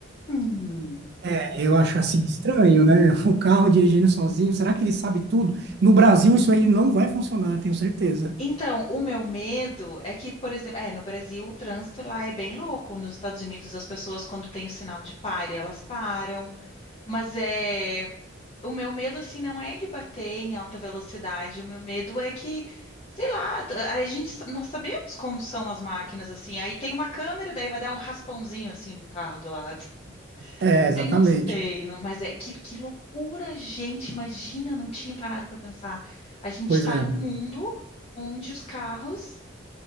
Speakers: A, on the left (about 30°); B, on the right (about 60°).
A: Uhum.
B: É, eu acho assim estranho, né? <laughs> Um carro dirigindo sozinho, será que ele sabe tudo? No Brasil, isso aí não vai funcionar, eu tenho certeza.
A: Então, o meu medo é que, por exemplo, é, no Brasil o trânsito lá é bem louco. Nos Estados Unidos as pessoas quando tem o sinal de pare, elas param, mas é o meu medo assim não é ele bater em alta velocidade, o meu medo é que, sei lá, t- a gente sa- nós sabemos como são as máquinas assim. Aí tem uma câmera, daí vai dar um raspãozinho assim no carro do lado. <laughs>
B: É, exatamente.
A: Aí não sei, não- mas é que, que loucura, gente, imagina, eu não tinha parado para pensar. A gente
B: Pois
A: está
B: é,
A: num mundo onde os carros